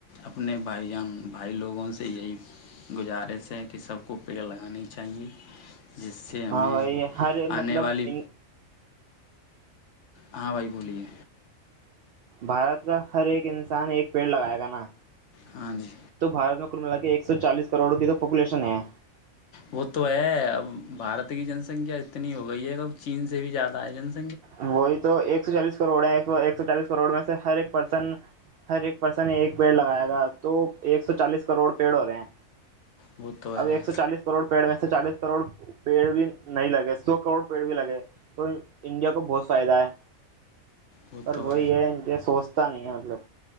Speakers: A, on the left; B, on the right.
A: اپنے بھائی جان بھائی لوگوں سے یہی گزارش ہے کہ سب کو پیڑ لگانے چاہیے جس سے ہمیں
B: ہاں بھائی ہر مطلب
A: آنے والی
B: ان
A: ہاں بھائی بولیے
B: بھارت کا ہر ایک انسان ایک پیڑ لگائے گا نا
A: ہاں جی
B: تو بھارت میں ملا کے ایک سو چالیس کروڑ کی تو پاپولیشن ہے
A: وہ تو ہے اب بھارت کی جنسنکھیا اتنی ہو گئی ہے اب چین سے بھی زیادہ ہے جنس
B: وہی تو ایک سو چالیس کروڑ ہے سو ایک سو چالیس کروڑ میں ہر ایک پرسن ہر ایک پرسن ایک پیڑ لگایا گا تو ایک سو چالیس کروڑ پیڑ ہو رہے ہیں
A: وہ تو ہے
B: اب ایک سو چالیس کروڑ پیڑ میں چالیس کروڑ پیڑ بھی نہیں لگے سو کروڑ پیڑ بھی لگے تو انڈیا کو کو بہت فائدہ ہے
A: وہ
B: پر
A: تو
B: وہی ہے کہ سوچ پت نہیں ہے مطلب